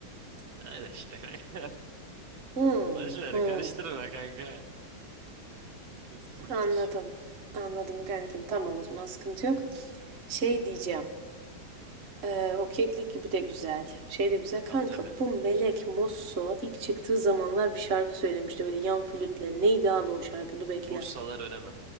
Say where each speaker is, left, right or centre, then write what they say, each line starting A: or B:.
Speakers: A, on the right; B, on the right.
A: Öyle işte kanka.
B: Hmm,
A: <laughs> Boş ver
B: hmm.
A: karıştırma kanka. Biraz politik.
B: Anladım. Anladım kankim. Tamam o zaman sıkıntı yok. Şey diyeceğim.
A: Hı.
B: Eee, o keklik gibi de güzel. Şey de güzel. Kanka
A: Tabii tabii.
B: bu Melek Mosso ilk çıktığı zamanlar bir şarkı söylemişti böyle yan flütle. Neydi abi o şarkı? Dur bekle.
A: Vursalar ölemem.